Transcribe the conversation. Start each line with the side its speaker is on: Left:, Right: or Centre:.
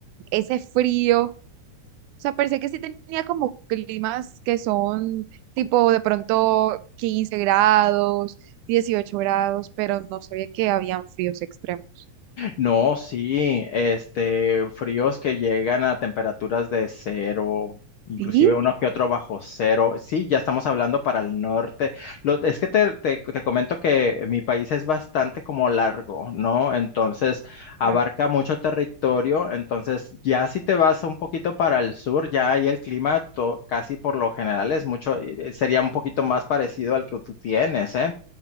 Right: ese frío. O sea, pensé que sí tenía como climas que son tipo de pronto 15 grados, 18 grados, pero no sabía que habían fríos extremos.
Left: No, sí, este, fríos que llegan a temperaturas de cero, inclusive
Right: Sí,
Left: uno que otro bajo cero. Sí, ya estamos hablando para el norte. Lo- es que te, te- te comento que mi país es bastante como largo, ¿no? Entonces, abarca
Right: Claro,
Left: mucho territorio. Entonces, ya si te vas un poquito para el sur, ya ahí el clima to- casi por lo general es mucho, eh, sería un poquito más parecido al que tú tienes, ¿eh?